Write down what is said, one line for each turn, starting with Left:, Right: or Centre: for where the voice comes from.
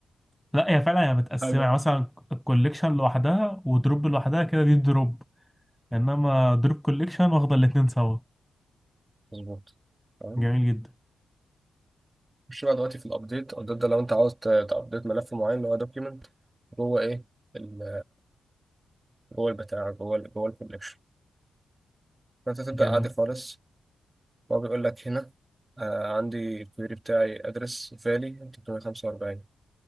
Centre: لا هي فعلا هي متقسمة
Right: حلو
Centre: يعني مثلا الكوليكشن لوحدها ودروب لوحدها كده دي الدروب انما دروب كوليكشن واخدة الاتنين سوا
Right: مظبوط تمام
Centre: جميل جدا
Right: خش بقى دلوقتي في الابديت الابديت ده لو انت عاوز تابديت ملف معين اللي هو دوكيمنت جوه ايه ال- جوه البتاع جوه ال جوه الكوليكشن فانت تبدا
Centre: جميل
Right: عادي خالص هو بيقول لك هنا آه عندي الكويري بتاعي ادرس فالي 345